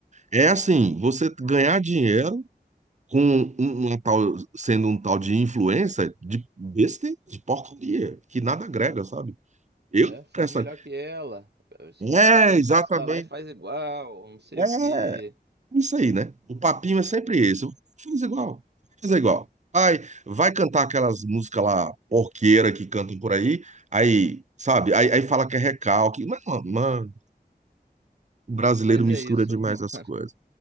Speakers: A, on the right (about 45°); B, on the right (about 85°).
A: É assim, você ganhar dinheiro com um- uma tal, sendo um tal de influencer de besta, de porcaria, que nada agrega, sabe? Eu,
B: né? Faz
A: essa,
B: melhor que ela.
A: é,
B: Já que tá tão
A: exatamente.
B: fácil, vai lá e faz igual, não sei
A: É.
B: o quê.
A: Isso aí, né? O papinho é sempre esse. Faz igual, faz igual. Vai, vai cantar aquelas músicas lá, porqueira que cantam por aí, aí, sabe? Aí, aí fala que é recalque. Mas, mano, mano, o brasileiro
B: Mas
A: mistura
B: é isso,
A: demais
B: <laughs> mano.
A: as coisas.